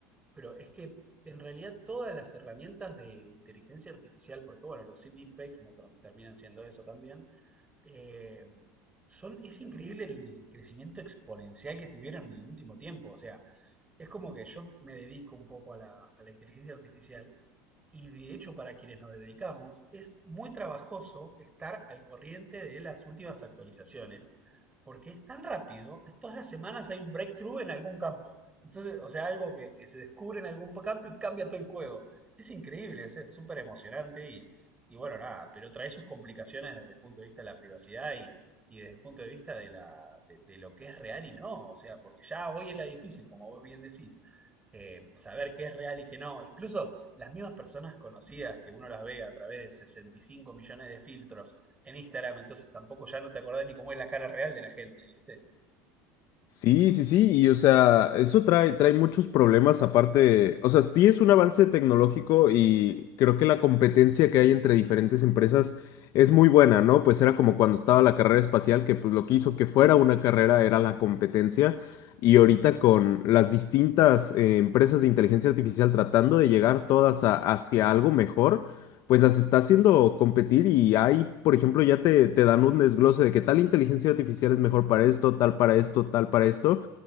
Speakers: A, on the right (about 15°); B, on the left (about 50°).
A: Pero es que en realidad todas las herramientas de inteligencia artificial, porque bueno, los deepfakes no tra- terminan siendo eso también, eh, son, es increíble el crecimiento exponencial que tuvieron en el último tiempo. O sea, es como que yo me dedico un poco a la, a la inteligencia artificial y de hecho para quienes nos dedicamos, es muy trabajoso estar al corriente de las últimas actualizaciones, porque es tan rápido, todas las semanas hay un breakthrough en algún campo. Entonces, o sea, algo que, que se descubre en algún campo y cambia todo el juego. Es increíble, es es súper emocionante y, y bueno, nada, pero trae sus complicaciones desde el punto de vista de la privacidad y, y desde el punto de vista de, la, de, de lo que es real y no. O sea, porque ya hoy era difícil, como vos bien decís, eh, saber qué es real y qué no. Incluso las mismas personas conocidas que uno las ve a través de 65 millones de filtros en Instagram, entonces tampoco ya no te acordás ni cómo es la cara real de la gente, ¿viste?
B: Sí, sí, sí, y o sea, eso trae, trae muchos problemas aparte, o sea, sí es un avance tecnológico y creo que la competencia que hay entre diferentes empresas es muy buena, ¿no? Pues era como cuando estaba la carrera espacial, que pues lo que hizo que fuera una carrera era la competencia y ahorita con las distintas eh, empresas de inteligencia artificial tratando de llegar todas a- hacia algo mejor pues las está haciendo competir y ahí, por ejemplo, ya te, te dan un desglose de que tal inteligencia artificial es mejor para esto, tal para esto, tal para esto,